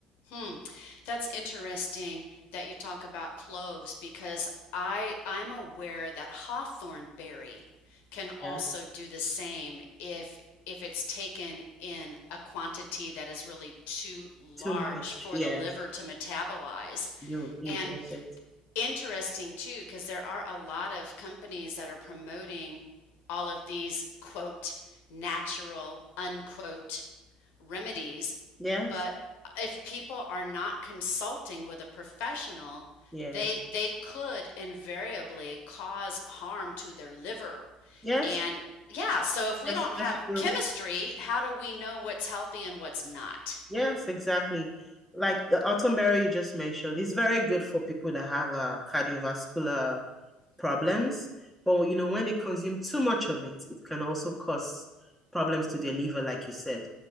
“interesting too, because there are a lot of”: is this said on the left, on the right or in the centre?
Left